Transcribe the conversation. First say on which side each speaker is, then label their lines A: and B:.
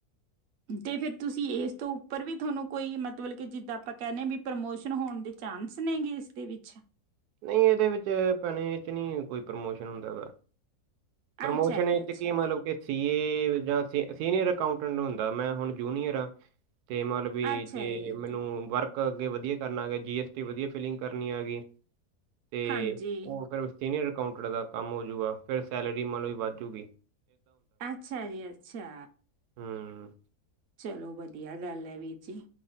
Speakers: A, on the right; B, on the right.
A: ਤੇ ਫਿਰ ਤੁਸੀਂ ਇਸ ਤੋਂ ਉੱਪਰ ਵੀ ਤੁਹਾਨੂੰ ਕੋਈ ਮਤਲਬ ਕਿ ਜਿੱਦਾਂ ਆਪਾਂ ਕਹਿਨੇ ਵੀ ਪ੍ਰਮੋਸ਼ਨ ਹੋਣ ਦੇ ਚਾਂਸ ਨੇਗੇ ਇਸਦੇ ਵਿੱਚ
B: ਨਹੀਂ ਇਹਦੇ ਵਿੱਚ ਭੈਣੇ ਇਹ ਚ ਨਹੀਂ ਕੋਈ ਪ੍ਰਮੋਸ਼ਨ ਹੁੰਦਾ ਉਹਦਾ ਪ੍ਰਮੋਸ਼ਨ
A: ਅੱਛਾ ਜੀ
B: ਇਸ
A: ਅੱਛਾ
B: ਚ ਕੀ ਮਤਲਬ ਕਿ ਸੀ ਏ ਜਾ ਸੀਨੀਅਰ ਅਕਾਉਂਟੈਂਟ ਹੁੰਦਾ, ਮੈਂ ਹੁਣ ਜੂਨੀਅਰ ਹਾਂ ਤੇ ਮਤਲਬ ਵੀ
A: ਅੱਛਾ
B: ਜੇ
A: ਜੀ
B: ਮੈਨੂੰ ਵਰਕ ਅੱਗੇ ਵਧੀਆ ਕਰਨਾ ਹੈ। ਜੀ ਐਸ ਟੀ ਵਧੀਆ ਫਿਲਿੰਗ ਕਰਨੀ ਹੈਗੀ ਤੇ
A: ਹਾਂਜੀ
B: ਉਹ ਫੇਰ ਸੀਨੀਅਰ ਅਕਾਊਂਟਰ ਦਾ ਕੰਮ ਹੋਜੂਗਾ ਫਿਰ ਸੈਲਰੀ ਮਤਲਬ ਕੀ ਵੱਧਜੂਗੀ
A: ਅੱਛਾ ਜੀ ਅੱਛਾ
B: ਹੂੰ,
A: ਚਲੋ ਵਧੀਆ ਗੱਲ ਹੈ ਵੀਰ ਜੀ